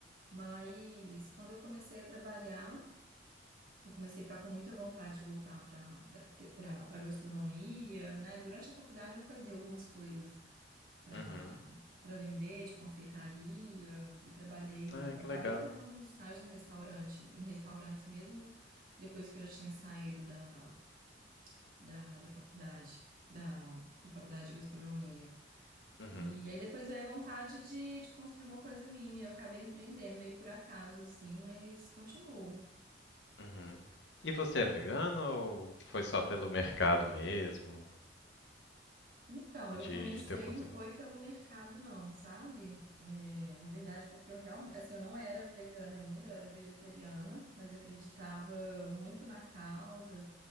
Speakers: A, on the right; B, on the left.
A: Mas quando eu comecei a trabalhar, eu comecei a ficar com muita vontade de voltar para para gastronomia, né? Durante a faculdade eu fazia algumas coisas para
B: uhum.
A: para vender de confeitaria e trabalhei,
B: Ai, que
A: acabei
B: legal.
A: fazendo alguns estágios no restaurante, em restaurantes mesmo depois que eu já tinha saído da, da, da faculdade, da, da faculdade de gastronomia.
B: Uhum,
A: E aí depois veio a vontade de, de construir uma coisa minha, eu acabei empreendendo meio por acaso assim, mas continuo.
B: uhum. E você é vegano ou foi só pelo mercado mesmo,
A: Então,
B: de,
A: eu comecei,
B: de ter oportunidade?
A: não foi pelo mercado, não, sabe? É, na verdade, porque eu realmente, assim, eu não era vegana ainda, eu era vegetariana, mas acreditava muito na causa.